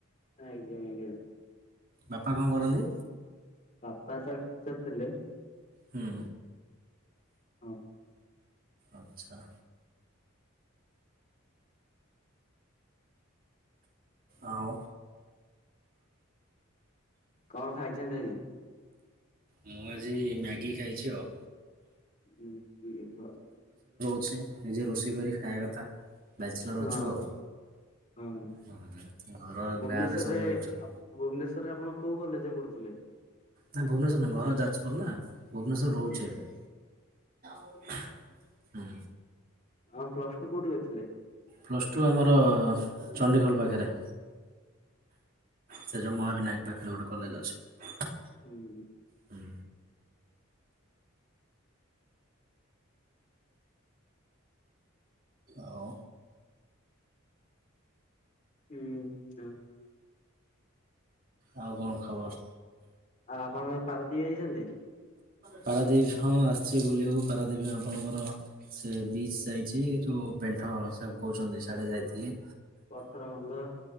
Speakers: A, on the left; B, on the right.
A: ଆଜ୍ଞା ଆଜ୍ଞା।
B: ବାପା କଣ କରନ୍ତି।
A: ବାପା ତ ଟିଚର ଥିଲେ।
B: ହୁଁ।
A: ହଁ।
B: ଆଚ୍ଛା। ଆଉ।
A: କଣ ଖାଇଛନ୍ତି ଆଜି।
B: ମୁଁ ଆଜି ମ୍ୟାଗି ଖାଇଛି ଆଉ।
A: ହୁଁ ହୁଁ ଅ
B: ଛି, ନିଜେ ରୋଷେଇ କରି ଖାଇବା କଥା। ବ୍ୟାଚଲର
A: ହଁ
B: ଅଛୁ ଆଉ।
A: ହଁ
B: ହୁଁ, ଘର
A: ଭୁବନେଶ୍ୱରରେ
B: ଗାଁରେ ସବୁ ରହୁଛନ୍ତି।
A: ଭୁବନେଶରରେ ଆପଣ କୋଉ କଲେଜରେ ପଢୁଥିଲେ।
B: ନାଇଁ ଭୁବନେଶ୍ୱର ନୁହେଁ ଘର ଯାଜପୁର ନା। ଭୁବନେଶ୍ୱର ରହୁଛି
A: ହଁ
B: ଏବେ ହୁଁ।
A: ଆଁ ପ୍ଲସ ଟୁ କୋଉଠି କରିଥିଲେ?
B: ପ୍ଲସ୍ ଟୁ ଆମର ଚଣ୍ଡିଖୋଲ ପାଖରେ। ସେ ଯୋଉ ମହାବିନାୟକ ପାଖରେ ଗୋଟେ କଲେଜ ଅଛି।
A: ହୁଁ।
B: ହୁଁ ଆଉ
A: ହୁଁ ଆଉ
B: ଆଉ କଣ ଖବର?
A: ଅ ଆପଣ କେବେ ପାରଦୀପ ଯାଇଛନ୍ତି?
B: ପାରାଦ୍ୱୀପ ହଁ ଆସିଛି ବୁଲିବାକୁ ପାରାଦ୍ୱୀପ ଆପଣଙ୍କର ସେ ବିଚ୍ ଯାଇଛି ଯେଉଁ ପେଣ୍ଟ ହଁ ସେମ୍ କହୁଚନ୍ତି ସିଆଡେ ଯାଇଥିଲି।
A: ପଥର ବନ୍ଧ।